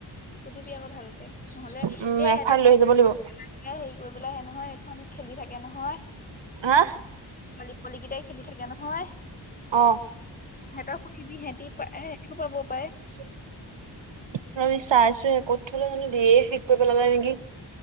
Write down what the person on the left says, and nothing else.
সুধিবি আকৌ ভালকে নহ'লে
এ এহঁতৰ
<unintelligible> এয়া হেৰি, কৰিবলৈ আহে নহয় এইখন খেলি থাকে নহয়।
পোৱালি পোৱালি কেইটাই খেলি থাকে নহয়।
সিহঁতক সোধিবি সেহেতি এ <unintelligible>